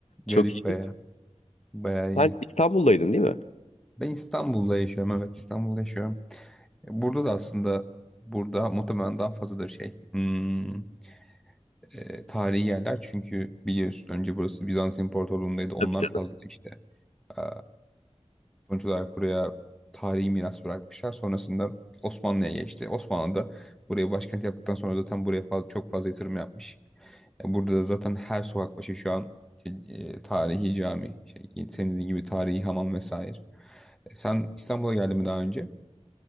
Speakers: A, on the left; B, in the centre.
A: Çok
B: Garip
A: iyi.
B: bayağı, bayağı iyi.
A: Sen İstanbul'daydın değil mi?
B: Ben İstanbul'da yaşıyorum. Evet İstanbul'da yaşıyorum. E, Burada da aslında burada muhtemelen daha fazladır şey. hmm, e, tarihi yerler çünkü biliyorsun önce burası Bizans İmparatorluğu'ndaydı. Onlar
A: Tabii canım.
B: fazla işte. Ee, sonuç olarak buraya tarihi miras bırakmışlar. Sonrasında Osmanlı'ya geçti. Osmanlı da buraya başkent yaptıktan sonra zaten buraya fazla, çok fazla yatırım yapmış. E, Burada da zaten her sokak başı şu an şey, e, tarihi cami, şey, senin dediğin gibi tarihi hamam vesaire. E, Sen İstanbul'a geldin mi daha önce?